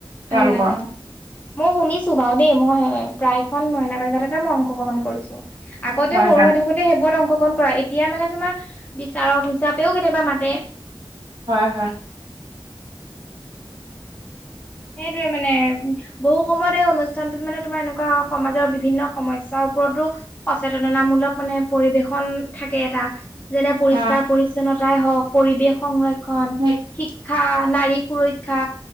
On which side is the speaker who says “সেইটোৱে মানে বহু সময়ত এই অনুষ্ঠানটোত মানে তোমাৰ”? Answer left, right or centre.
Left